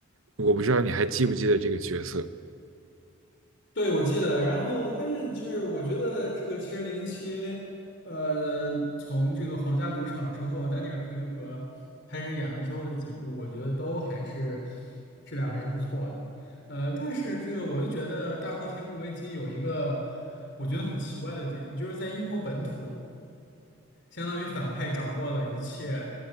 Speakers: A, on the right (about 70°); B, on the left (about 55°).
A: 我不知道你还记不记得这个角色，
B: 对，我记得，然后但是就是我觉得这个其实零零七，呃，从这个皇家赌场之后，丹尼尔·克雷格开始演了之后的几部，我觉得都还是质量还是不错的。呃，但是这个我又觉得《大破天幕危机》有一个我觉得很奇怪的点，就是在英国本土。相当于反派掌握了一切，